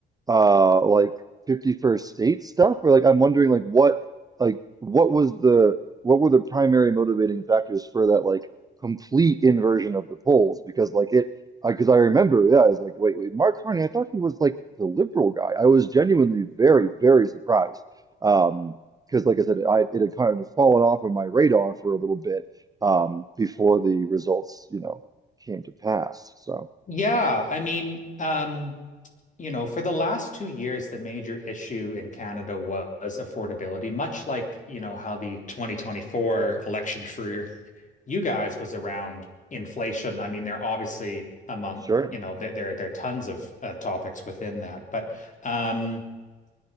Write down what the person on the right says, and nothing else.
uh like 51st state stuff or like I'm wondering like what like what was the what were the primary motivating factors for that like complete inversion of the polls because like it I because I remember yeah I was like wait wait Mark Carney I thought he was like the liberal guy I was genuinely very very surprised um because like I said I it had kind of fallen off of my radar for a little bit um before the results you know came to pass so
Sure.